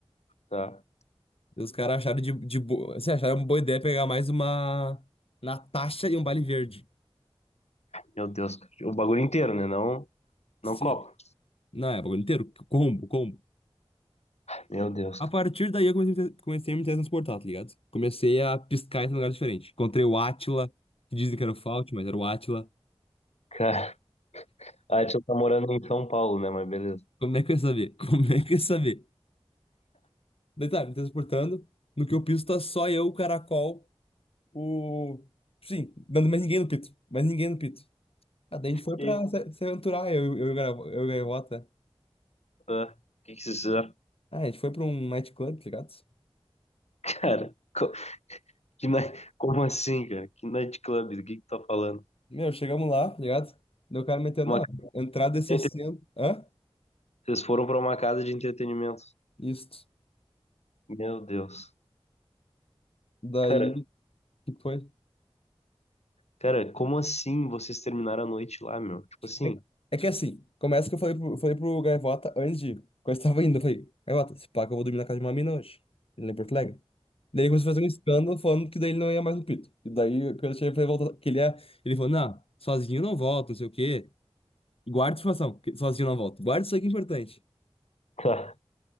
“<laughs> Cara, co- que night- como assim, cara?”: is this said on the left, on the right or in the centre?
Left